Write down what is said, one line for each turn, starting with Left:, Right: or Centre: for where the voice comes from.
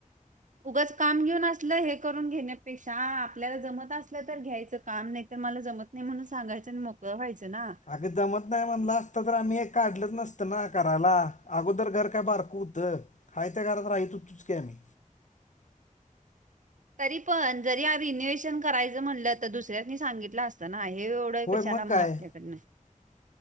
Right: उगंच काम घेऊन असलं हे करून घेण्यापेक्षा, आपल्याला जमत असलं तर घ्यायचं काम. नाही तर मला जमत नाही म्हणून सांगायचं आणि मोकळं व्हायचं ना.
Left: अगं जमत नाही म्हणलं असत तर आम्ही हे काढलच नसतं ना करायला. अगोदर घर काय बारकं हुतं? हाय त्या घरात राहत हुतोच की आम्ही.
Right: तरीपण जरी आम्ही रिनोव्हेशन करायचं म्हटलं, तर दुसऱ्यांनी सांगितलं अस ना हे एवढं,
Left: होय
Right: कशाला मग
Left: काय
Right: आपल्याकडनं?